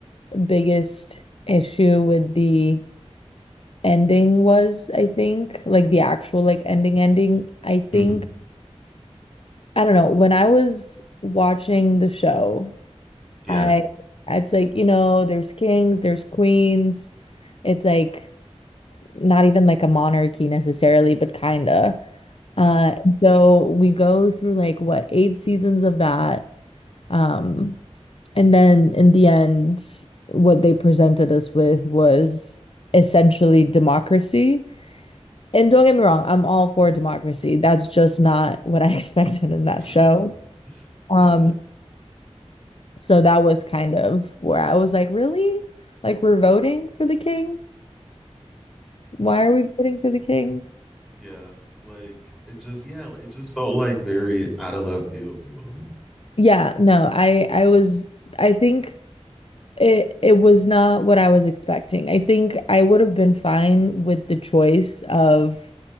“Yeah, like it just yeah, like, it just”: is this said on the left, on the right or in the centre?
Centre